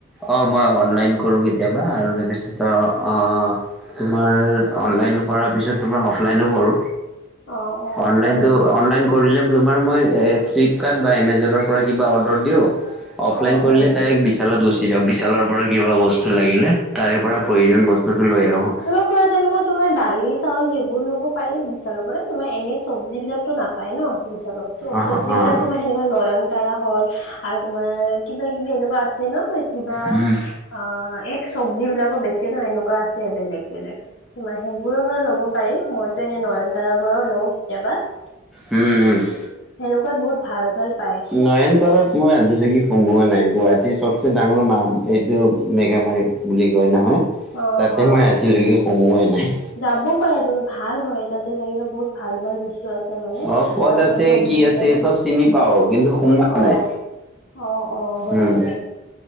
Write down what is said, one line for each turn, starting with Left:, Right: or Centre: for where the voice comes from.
Centre: অ, মই অনলাইন কৰো কেতিয়াবা, আৰু তাৰপিছত আহ অ, অ তোমাৰ অনলাইন কৰাৰ পিছত, তোমাৰ অফলাইনো কৰো।
Left: অ', অ',
Centre: অনলাইনতো,
Left: হয় নেকি?
Centre: অনলাইন কৰিলে তোমাৰ মই ফ্লিপকাৰ্ট বা এমেজনৰ পৰা কিবা অৰ্ডাৰ দিওঁ। অফলাইন
Left: অ',
Centre: কৰিলে
Left: অ',
Centre: ডাইৰেক্ট বিশালত গুচি যাওঁ, বিশালৰ পৰা কিবা বস্তু লাগিলে তাৰে পৰা প্ৰয়োজন বস্তুটো লৈ আহোঁ।
Left: ধৰা, তেনেকুৱা তোমাৰ দালি, চাউল সেইবোৰ লব পাৰি বিশালৰ পৰা, তোমাৰ এনে চব্জি বিলাকটো নাপায় ন।
Centre: অ',
Left: চজ্বিবিলাক
Centre: অ',
Left: তোমাৰ সেনেকুৱা নয়নতাৰা হ'ল আৰু, তোমাৰ কিবা-কিবি এনেকুৱা আছে ন, কিবা
Centre: উম,
Left: অ, এই চবজি বিলাকৰ বেছি আছে ন, এনেকুৱা আছে বেলেগ-বেলেগ। তোমাৰ সেইবোৰৰ পৰা ল'ব পাৰি, মইতো এনে নয়নতাৰ পৰাও লওঁ, কেতিয়াবা।
Centre: উমঁ উমঁ!
Left: সেনেকুৱাত বহুত ভাল ভাল পায়।
Centre: নয়নতৰাত মই আজিলৈকে সোমোৱা নাই গুৱাহাটীৰ সবছে ডাঙৰ মা এইটো- মেগামাৰী বুলি কয় নহয়
Left: অ
Centre: তাতে
Left: হয়।
Centre: মই আজিলৈকে সোমোৱাই নাই।
Left: যাব পাৰে তুমি ভাল হয় তাতে যায়কেনে বহুত- ভাল ভাল বস্তু আছে মানে
Centre: অ ক'ত
Left: আৰু তোমাৰ
Centre: আছে
Left: সবজি
Centre: কি
Left: বিলাকো
Centre: আছে চব চিনি পাও কিন্তু সোমোৱা
Left: অঁ।
Centre: নাই
Left: অঁ অঁ হয়
Centre: উম
Left: নেকি?